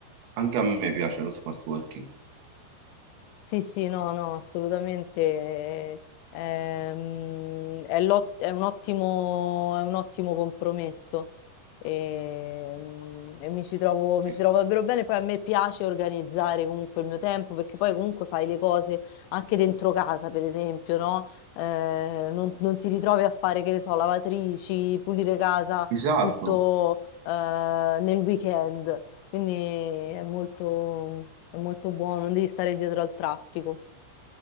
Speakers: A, on the right; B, on the left.
A: Anche a me piace lo smart working.
B: Sì, sì, no, no, assolutamente. ehm, è, l'ot- è un ottimo, è un ottimo compromesso ehm, e, mi ci trovo, mi
A: sì.
B: ci trovo davvero bene. Poi a me piace organizzare comunque il mio tempo perché poi comunque fai le cose anche dentro casa, per esempio, no? Eh, non, non ti ritrovi a fare, che ne so, lavatrici, pulire casa
A: Esatto,
B: tutto eh, nel weekend. Quindi è molto, è molto buono, non devi stare dietro al traffico.